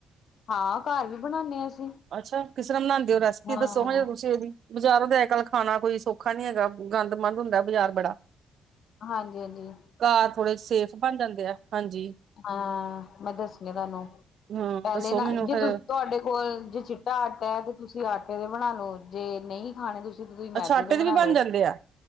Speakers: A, on the left (about 60°); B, on the right (about 60°).
A: ਹਾਂ, ਘਰ ਵੀ ਬਣਾਨੇ ਆਂ ਅਸੀਂ।
B: ਅੱਛਾ, ਕਿਸ ਤਰ੍ਹਾਂ ਬਣਾਉਂਦੇ ਹੋ, ਰੈਸਪੀ
A: ਹਾਂ,
B: ਦੱਸੋ ਹਜੇ ਤੁਸੀਂ ਓਹਦੀ ਬਜ਼ਾਰੋਂ ਦਾ ਅਜ -ਕੱਲ੍ਹ ਖਾਣਾ ਕੋਈ ਸੌਖਾ ਨੀ ਹੈਗਾ, ਗੰਦ -ਮੰੰਦ ਹੁੰਦਾ ਬਜ਼ਾਰ ਬੜਾ
A: ਹਾਂਜੀ, ਹਾਂਜੀ
B: ਘਰ, ਥੋੜੇ ਸੇਫ ਬਣ ਜਾਂਦੇ ਆ, ਹਾਂਜੀ।
A: ਹਾਂ ਮੈਂ ਦੱਸੀਆਂ ਤੁਹਾਨੂੰ,
B: ਹਮ
A: ਪਹਿਲੇ
B: ਦੱਸੋ
A: ਨਾ
B: ਮੈਨੂੰ
A: ਜੇ
B: ਫੇਰ
A: ਤੁਸੀਂ ਤੁਹਾਡੇ ਕੋਲ ਜੇ ਚਿੱਟਾ ਆਟਾ ਹੈ, ਤੇ ਤੁਸੀਂ ਆਟੇ ਦੇ ਬਣਾ ਲਓ, ਜੇ ਨਹੀਂ ਖਾਣੇ ਤੁਸੀਂ ਤੁਸੀਂ,
B: ਅੱਛਾ
A: ਮੈਦੇ
B: ਆਟੇ
A: ਤੇ ਬਣਾ
B: ਦੇ ਵੀ
A: ਲਓ।
B: ਬਣ ਜਾਂਦੇ ਆ